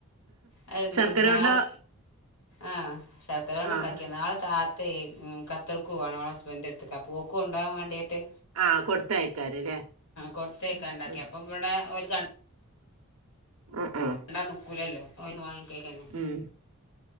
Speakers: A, on the left; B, on the right.
A: അവ് ഇന്ന്
B: ശർക്കര
A: നാളെ
B: കൊണ്ടോ
A: ആഹ് ശർക്കരോണ്ട്ണ്ടാക്ക്യ
B: ആഹ്
A: നാളെ. താത്തേ ഉം കത്തർക്കോവാണ് ഓളെ ഹസ്ബൻഡന്റെട്ത്ത്ക് അപ്പോക് കൊണ്ടാവാ വാണ്ട്യാട്ട്.
B: ആഹ് കൊട്ത്തയ്ക്കാനലേ
A: കൊടുത്തേക്കാണ്ടാക്കി
B: ഉം ഉം.
A: അപ്പം ഇവിടെ ഒരു കണ്
B: അ ആഹ്.
A: ണ്ടാ ന്ക്കൂലല്ലോ ഓൽ വാങ്ങി കയ്ക്കന്നെ
B: ഉം.